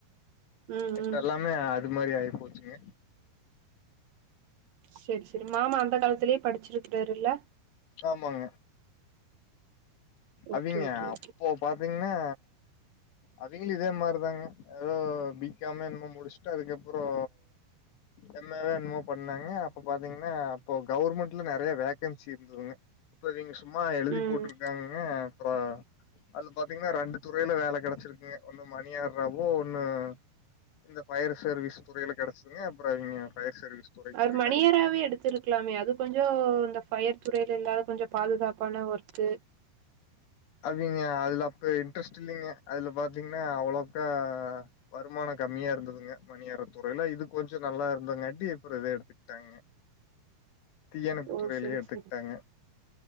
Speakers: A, on the right; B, on the left.
A: ம்
B: இப்ப
A: ம்
B: எல்லாமே அது மாரி ஆயி போச்சுங்க
A: சரி சரி மாமா அந்த காலத்துலயே படிச்சுருக்குறார் இல்ல
B: ஆமாங்க
A: ஓகே
B: அவிங்க
A: ஓகே ஓகே
B: அப்போ பாத்தீங்னா அவிங்களு இதே மாரிதாங்க ஏதோ பிகாமோ என்னமோ முடிச்சுட்டு அதுக்கப்புறோ எம் ஏ வொ என்னம்மொ பண்னாங்க அப்ப பாத்தீங்ன்னா அப்போ கவுர்மெண்ட்ல நெறைய வேகன்சி இரு ந்ததுங்க அப்ப நீங்க சும்மா எழுதி
A: ம்
B: போட்ருக்காங்கக அப்றொ அதுல பாத்தீங்ன்னா ரெண்டு துறையில வேல கெடச்சிருக்குங்க ஒண்ணு மணியார்ராவோ ஒண்ணு இந்த ஃபயர் சர்வீஸ் துரையில கெடச்சதுங்க அப்பற இவிங்க ஃபயர் சர்வீஸ் துறைக்கு
A: அவர்
B: போயிட்டாங்க
A: மணியாராவே எடுத்திருந் ருக்கலாமே அது கொஞ்ச இந்த ஃபயர் துறையில இல்லாத கொஞ்ச பாதுகாப்பான ஒரு த்து
B: அவிங்க அதுல அப்ப இன்ட்ரெஸ்ட் இல்லேங்க அதுல பாத்தீங்னா அவ்ளக்கா வருமானொ கம்மியா இருந்ததுங்க மணியாரர் துறையில இது கொஞ்ச நல்லா இருந்தங்காட்டி அப்புறோ இத எடுத்துக்கிட்டாங்க தீயணைப்பு
A: ஓ
B: துறையிலயே
A: செரி
B: எடுத்துக்கிட்டாங்க
A: செரி